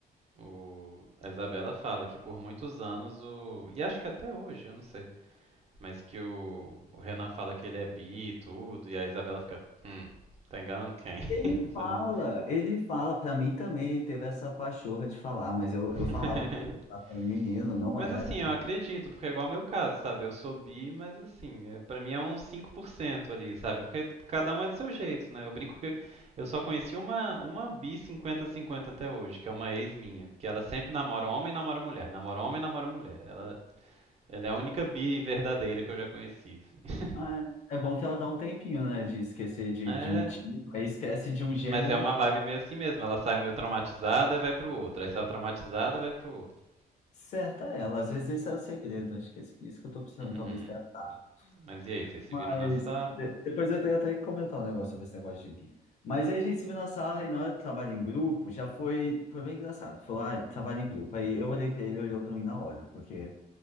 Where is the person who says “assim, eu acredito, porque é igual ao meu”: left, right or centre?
Right